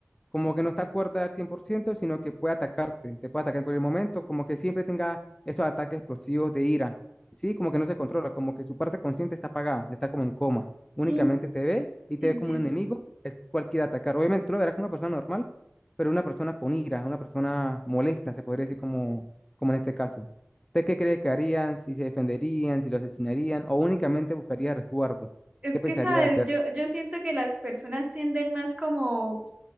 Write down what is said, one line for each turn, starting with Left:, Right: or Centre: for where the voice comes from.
Left: como que no está cuerda al 100% sino que puede atacarte, te puede atacar en cualquier momento, como que siempre tenga esos ataques explosivos de ira, ¿sí? Como que no se controla, como que su parte consciente está apagada, está como en coma, únicamente
Right: Mm,
Left: te ve y te
Right: entiendo.
Left: ve como un enemigo, el cual quiere atacar. Obviamente tú lo verás como una persona normal, pero una persona con ira, una persona molesta, se podría decir como, como en este caso. ¿Usted qué cree que harían, si se defenderían, si lo asesinarían o únicamente buscaría resguardo?
Right: Es
Left: ¿Qué
Right: que,
Left: pensaría
Right: ¿sabes?
Left: hacer?
Right: Yo, yo siento que las personas tienden más como,